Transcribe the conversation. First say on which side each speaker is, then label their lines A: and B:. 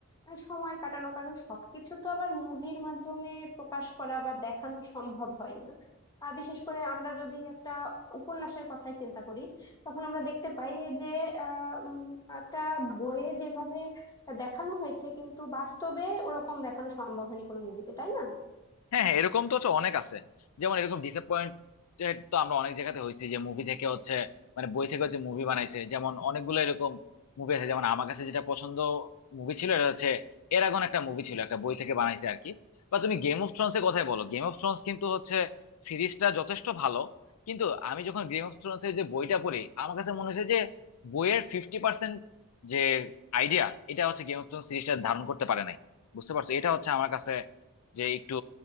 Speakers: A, on the left; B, on the left.
A: আহ, সময় কাটানো কারণ সবকিছু তো আবার মুভির মাধ্যমে প্রকাশ করা বা দেখানো সম্ভব হয় না আর বিশেষ করে আমরা যদি একটা উপন্যাসের কথাই চিন্তা করি তখন আমরা দেখতে পাই যে আহ উম, একটা বইয়ে যেভাবে দেখানো হয়েছে কিন্তু বাস্তবে ওরকম দেখানো সম্ভব হয়নি কোনো মুভিতে তাই না
B: হ্যাঁ হ্যাঁ এরকম তো হচ্ছে অনেক আছে যেমন এরকম ডিসঅ্যাপয়েন্টেড তো আমরা অনেক জায়গাতে হয়েছি যে মুভি থেকে হচ্ছে মানে বই থেকে হচ্ছে মুভি বানাইছে যেমন অনেকগুলো এরকম মুভি আছে যেমন আমার কাছে যেটা পছন্দ মুভি ছিল এটা হচ্ছে এরাগন একটা মুভি ছিল একটা বই থেকে বানাইছে আর কি বা তুমি গেম অফ থ্রোনস এর কথাই বলো গেম অফ থ্রোনস কিন্তু হচ্ছে সিরিজটা যথেষ্ট ভালো কিন্তু আমি যখন গেম অফ থ্রোনস এর যে বইটা পড়ি আমার কাছে মনে হয়েছে যে বইয়ের ফিফটি পার্সেন্ট যে আইডিয়া এটা হচ্ছে গেম অফ থ্রোনস সিরিজটা ধারণ করতে পারে নাই বুঝতে পারছো এটা হচ্ছে আমার কাছে যে একটু